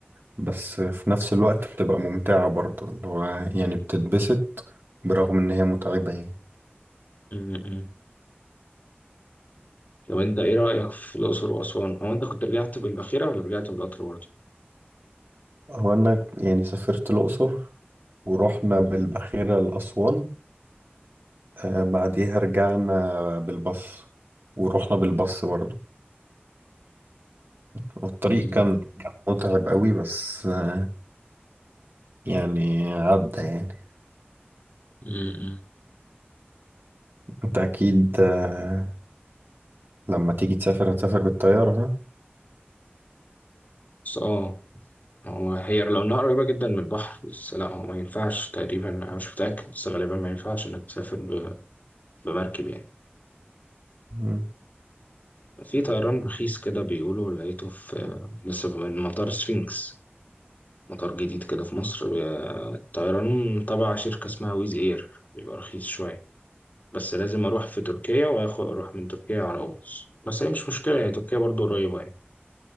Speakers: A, on the right (about 60°); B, on the left (about 40°).
A: بس في نفس الوقت بتبقى ممتعة برضه اللي هو يعني بتتبسط برغم إن هي متعبة يعني
B: م- لو أنت إيه رأيك في الأقصر وأسوان؟ هو أنت كنت رجعت بالباخرة ولا رجعت بالقطر برضه؟
A: هو أنا يعني سافرت الأقصر ورحنا بالباخرة لأسوان آه بعديها رجعنا بالباص ورحنا بالباص برضه والطريق
B: م-
A: كان كان متعب قوي بس آه يعني عدى يعني
B: م- م-
A: أنت أكيد آه لما تيجي تسافر هتسافر بالطيارة صح؟
B: بس آه هو هي لو إنها قريبة جدا من البحر بس لا هو ما ينفعش تقريبا أنا مش متأكد بس غالبا ما ينفعش إنك تسافر ب- بمركب يعني
A: مم.
B: في طيران رخيص كده بيقولوا لقيته في لسه من مطار سفينكس مطار جديد كده في مصر بي- طيران تبع شركة اسمها ويز اير بيبقى رخيص شوية بس لازم اروح في تركيا واخد اروح من تركيا على قبرص بس هي مش مشكلة هي تركيا برضو قريبة يعني